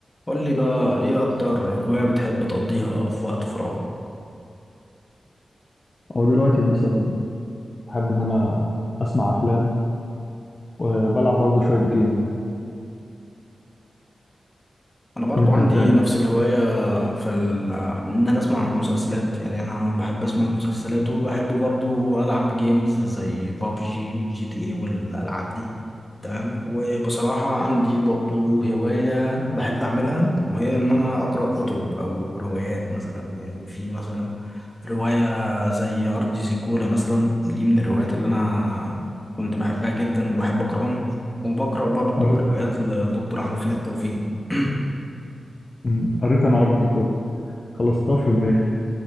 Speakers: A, on the left; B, on the left.
A: قول لي بقى ايه اكتر هواية بتحب تقضيها في وقت فراغك
B: او دلوقتي مثلا بحب ان انا اسمع افلام وبلعب برضه شويه جيمز
A: انا برضو
B: وانت
A: عندي
B: بتعمل
A: نفس الهواية في ال... ان انا اسمع مسلسلات يعني انا بحب اسمع مسلسلات وبحب برضو العب جيمز زي بابجي وجي تي اي والالعاب دي تمام وبصراحة عندي برضو هواية بحب اعملها وهي ان انا اقرأ كتب او روايات مثلا يعني في مثلا رواية زي ارض زيكولا مثلا دي من الروايات اللي انا كنت بحبها جدا وبحب اقرأهم وبقرأ برضو
B: قريت
A: روايات لدكتور احمد خالد توفيق <clears throat>
B: م، قريت انا ارض الكل خلصتها في يومين يعني